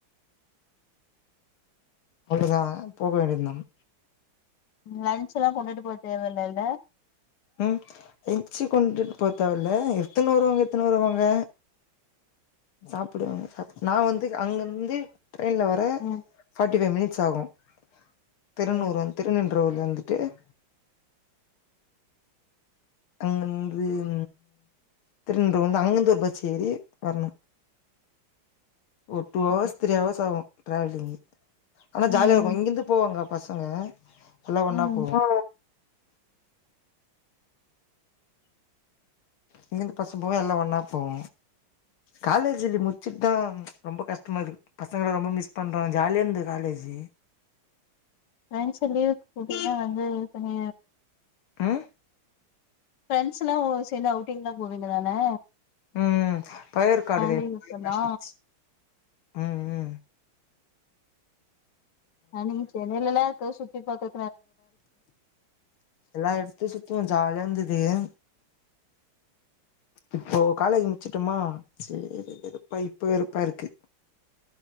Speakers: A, on the left; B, on the left.
A: அவ்வளவுதான் போக வேண்டியதான்
B: லன்ச் எல்லா கொண்டுட்டு போக தேவலல்ல
A: ம் எச்சு கொண்டுட்டு போத்தல எத்தனோ வருவாங்க எத்தன வருவாங்க சாப்படுவாங்க நான வந்து அங்க வந்து ட்ரைன்ல் வர
B: ம்
A: ஃப்ட்டிஃபை் மினிட்ஸ் ஆகும் திருநூற
B: சேரி
A: திருநின்றவூர்ல இருந்து <inaudible> அங்கந்து உ திருநின்ர வந்து அங்கந்தூ பட்ச் ஏரி வரணும் ஓ டூ அவஹர்ஸ்
B: தம்பி
A: த்ரீ அவஹர்ஸ் ஆகும் ட்ராலி ஆனா ஜாலியா
B: ம்
A: இருக்கும் இங்கிருந்து போவாங்க பசங்க எல்லாம் ஒன்னா
B: ம்
A: போவோ இங்கிருந்து பஸ் போவ எல்லா ஒண்ணா போவோ காலேஜ் முடிச்சிட்டு தான் ரொம்ப கஷ்டமா இருக்கு பசங்க ரொம்ப மிஸ் பண்றோ ஜாலியா இருந்தது காலேஜ்
B: ஃப்ரெண்ட்ச லீவுக்கு கூட்டிதான் வந்து கொஞ்
A: ம்
B: ஃப்ரெண்ட்ஸ் எல்லா சேர்ந்து அவுட்டிங்கல்லா போவீங்க அண்னே
A: உம் உம் பயர் காடுத
B: லீவுக்கெல்லா
A: பயர் காட்டிச்சி உம் உம்
B: ஹ் நீங்க சென்னையில்லாம் இருக்க சு இப்ப அது
A: எல்லாம் எடுத்து சுத்துவேம் ஜாலிய இருந்து ஏ இப்போ காலேஜ் முடிச்சிட்டுமா சேரி வெறுப்பா இப்ப வெறுப்பா இருக்கு